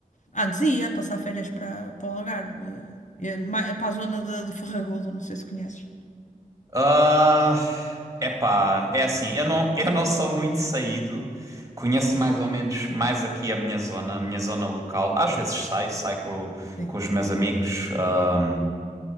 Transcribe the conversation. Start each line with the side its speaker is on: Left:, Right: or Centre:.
Left: antes ia passar férias para, para o Algarve, eh, eh, ma- para a zona de, de Ferragudo, não sei se conheces.
Right: Ah, epá, é assim, eu não, eu não sou muito saído, conheço mais ou menos mais aqui a minha zona, a minha zona local. Às vezes saio, saio com,
Left: Sim.
Right: com os meus amigos. Ah,